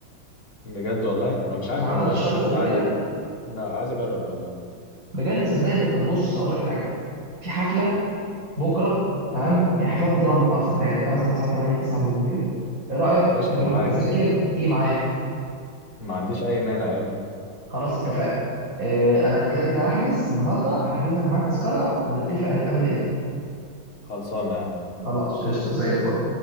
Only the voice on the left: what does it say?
بجد والله انا مش
عارف
انا
ما جربتش
قبل كده
عايز أ- لا عايز اجرب والله
قشطه
معاك
ما عنديش اي مانع يلا
خلصانه يا عم